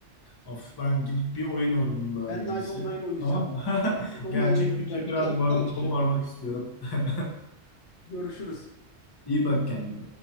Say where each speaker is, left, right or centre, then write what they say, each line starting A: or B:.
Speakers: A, on the left (about 25°); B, on the left (about 75°).
A: Of ben gidip bir oyun oynayayım bari
B: Ben
A: en
B: Knight
A: iyisi.
B: Online oynayacağım.
A: Tamam mı?
B: Ben
A: <laughs>
B: Knight Online
A: Gerçeklikle
B: oynayacağım. Bir
A: biraz
B: karakter
A: bağımı
B: açacağım.
A: koparmak istiyorum. <laughs>
B: Görüşürüz.
A: İyi bak kendine.